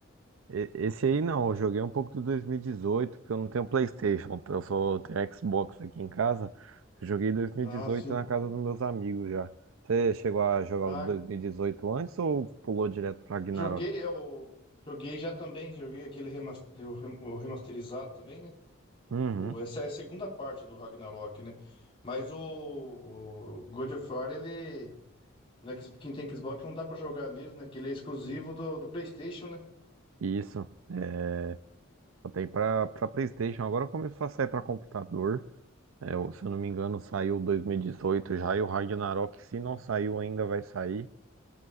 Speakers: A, on the right; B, on the left.
A: E- Esse aí não, eu joguei um pouco do 2018, porque eu não tenho PlayStation, eu só tenho Xbox aqui em casa. Eu Joguei 2018
B: Ah, sim.
A: na casa dos meus amigos já. Você chegou a jogar
B: Ah,
A: o 2018 antes ou pulou direto pra Ragnarok?
B: joguei, eu joguei já também, joguei aquele remas- o rem- o remasterizado também, né?
A: Uhum,
B: O, essa é a segunda parte do Ragnarok, né? Mas o, o God of War, ele. No X- Quem tem Xbox não dá pra jogar mesmo, né? Que ele é exclusivo do, do PlayStation, né?
A: isso. é, Só tem pra, pra PlayStation, agora começou a sair pra computador. É, eu- se eu não me engano, saiu 2018 já, e o Ragnarok, se não saiu ainda, vai sair.